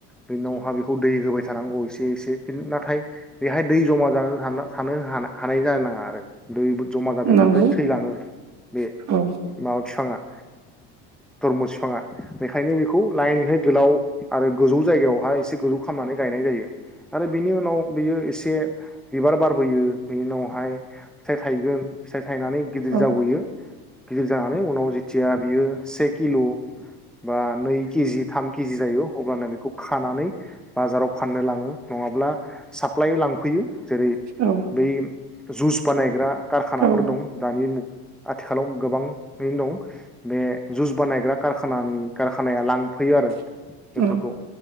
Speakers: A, in the centre; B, on the right.
A: बे उनावहा बेखौ दै होबाय थानांगौ एसे एसे। हिन नाथाय बेहाय दै जमा जानानै हाना थानो हाना हानाय जानाङा आरो दैबो जमा जादोंबाथाय
B: नंगौ
A: थैलाङो बे
B: औ
A: मा बिफाङा आ तरमुस बेखायनो बेखौ लाइनहाय गोलाव आरो गोजौ जायगायावहाय एसे गोजौ खालामनानै गायनाय जायो आरो बिनि उनाव बियो एसे बिबार बारबोयो बेनि उनावहाय फिथाइ थायगोन फिथाय थायनानै गिदिर
B: औ
A: जाबोयो गिदिर जानानै उनाव जि थिया बियो से किल बा नै केजि थाम केजि जायो अब्लानो बेखौ खानानै बाजाराव फाननो लाङो नङाब्ला साप्लाइ लांफैयो जेरै
B: औ
A: बै जुस बानायग्रा कारखानाफोर
B: औ
A: दं दानिु मुग आथिखालाव गोबाङैनो दं बे जुस बानायग्रा कारखानानि कारखानाया लांफैयो आरो
B: औ
A: बेफोरखौ